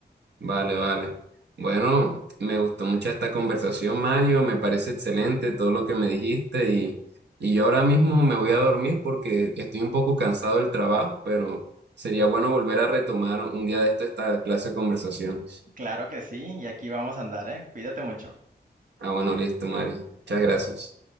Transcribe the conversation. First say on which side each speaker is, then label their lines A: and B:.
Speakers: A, on the right; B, on the right.
A: Vale, vale. Bueno, me gustó mucho esta conversación, Mario. Me parece excelente todo lo que me dijiste y, y yo ahora mismo me voy a dormir porque estoy un poco cansado del trabajo, pero sería bueno volver a retomar un día de esto esta clase de conversaciones.
B: Claro que sí, y aquí vamos a andar, ¿eh? Cuídate mucho.
A: Ah, bueno, listo, Mario. Muchas gracias.